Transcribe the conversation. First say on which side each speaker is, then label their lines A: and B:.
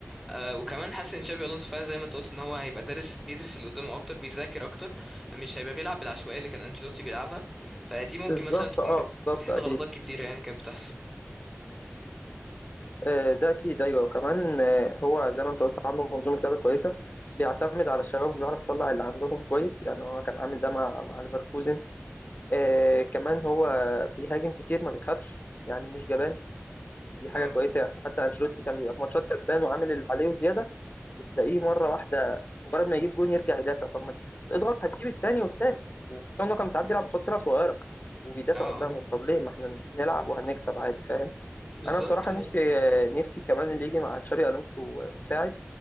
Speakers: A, in the centre; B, on the left.
A: آه، وكمان حاسس ان تشابي الونسو فعلا زي ما انت قلت ان هو هيبقى دارس بيدرس اللي قدامه اكتر بيذاكر اكتر مش هيبقى بيلعب بالعشوائيه اللي كان انشيلوتي بيلعبها فدي ممكن
B: بالظبط
A: مثلا تكون
B: اه
A: بت-
B: بالظبط
A: بتحل
B: اكيد
A: غلطات كتيره يعني كانت بتحصل
B: آه، ده اكيد ايوه وكمان آه، هو زي ما انت قلت عنده منظومه لعب كويسه بيعتمد على الشباب وبيعرف يطلع اللي عندهم كويس يعني هو كان عامل ده مع مع ليفركوزن آه، كمان هو بيهاجم كتير ما بيخافش يعني مش جبان دي حاجه
A: اه
B: كويسه يعني حتى انشيلوتي كان بيبقى في ماتشات كسبان وعامل اللي عليه وزياده وتلاقيه مرة واحدة مجرد ما يجيب جون يرجع يدافع طب ما اضغط هتجيب التاني والتالت وكان إنه كان ساعات بيلعب قصاد فرقة صغيرة وبيدافع
A: اه
B: قدامهم
A: اه
B: طب ليه ما احنا نلعب وهنكسب عادي فاهم
A: بالظبط
B: أنا بصراحة
A: ايوه
B: نفسي نفسي كمان اللي يجي مع تشابي ألونسو مساعد